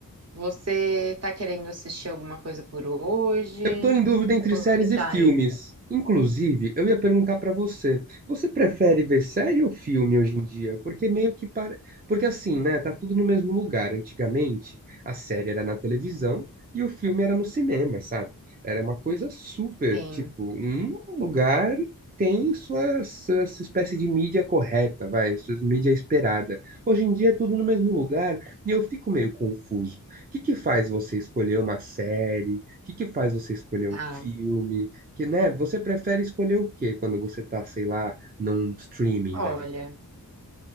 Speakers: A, on the right (about 45°); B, on the right (about 25°).
A: você tá querendo assistir alguma coisa por hoje?
B: Estou em dúvida entre
A: Como
B: séries
A: que tá
B: e filmes.
A: aí?
B: Inclusive, eu ia perguntar para você, você prefere ver série ou filme hoje em dia? Porque meio que para, porque assim, né, tá tudo no mesmo lugar. Antigamente, a série era na televisão e o filme era no cinema, sabe? Era uma coisa super,
A: Sim,
B: tipo, um lugar tem sua, sua, sua espécie de mídia correta, vai, sua mídia esperada. Hoje em dia é tudo no mesmo lugar e eu fico meio confuso. O que que faz você escolher uma série? O que que faz você escolher um
A: tá.
B: filme? Que, né, você prefere escolher o quê quando você tá, sei lá, num streaming
A: Olha.
B: da vida?